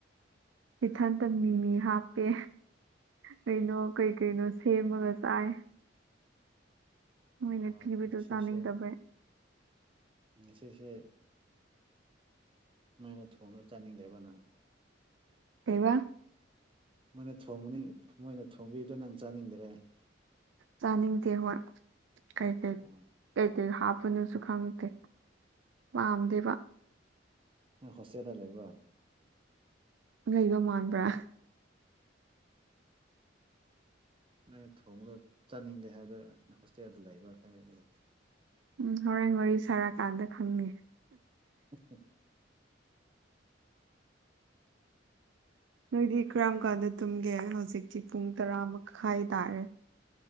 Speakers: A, on the right; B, on the right.
A: ꯏꯊꯟꯗ ꯃꯤꯃꯤ ꯍꯥꯞꯄꯦ ꯀꯩꯅꯣ ꯀꯩ ꯀꯩꯅꯣ ꯁꯦꯝꯃꯒ ꯆꯥꯏ ꯃꯣꯏꯅ
B: ꯎ
A: ꯄꯤꯕꯗꯣ
B: ꯉꯁꯤꯁꯦ
A: ꯆꯥꯅꯤꯡꯗꯕꯩ
B: ꯉꯁꯤꯁꯦ ꯁꯨꯃꯥꯏꯅ ꯊꯣꯡꯅ ꯆꯥꯅꯤꯡꯗꯕ ꯅꯪ
A: ꯀꯩꯕ
B: ꯃꯣꯏꯅ ꯊꯣꯡꯕꯅꯤꯡ ꯃꯣꯏꯅ ꯊꯣꯡꯕꯤꯕꯗꯣ ꯅꯪ ꯆꯥꯅꯤꯡꯗꯥꯔꯦ
A: ꯆꯥꯅꯤꯡꯗꯦ ꯍꯣꯏ ꯀꯩ ꯀꯩ
B: ꯑꯣ
A: ꯀꯩꯀꯩ ꯍꯥꯞꯄꯅꯣꯁꯨ ꯈꯪꯗꯦ ꯄꯥꯝꯗꯦꯕ
B: ꯅꯪ ꯍꯣꯁꯇꯦꯜꯗ ꯂꯩꯕ꯭ꯔꯣ
A: ꯂꯩꯕ ꯃꯥꯟꯕ꯭ꯔꯥ
B: ꯅꯣꯏꯅ ꯊꯣꯡꯕꯗ ꯆꯥꯅꯤꯡꯗꯦ ꯍꯥꯏꯕꯗꯣ ꯍꯣꯁꯇꯦꯜꯗ ꯂꯩꯕ꯭ꯔꯥ ꯍꯥꯏ ꯑꯗꯨ
A: ꯎꯝ ꯍꯣꯔꯦꯟ ꯋꯥꯔꯤ ꯁꯥꯔꯀꯥꯟꯗ ꯈꯪꯅꯤ
B: <inaudible>
A: ꯅꯣꯏꯗꯤ ꯀꯔꯝ ꯀꯥꯟꯗ ꯇꯨꯝꯒꯦ ꯍꯧꯖꯤꯛꯇꯤ ꯄꯨꯡ ꯇꯔꯥ ꯃꯈꯥꯏ ꯇꯥꯔꯦ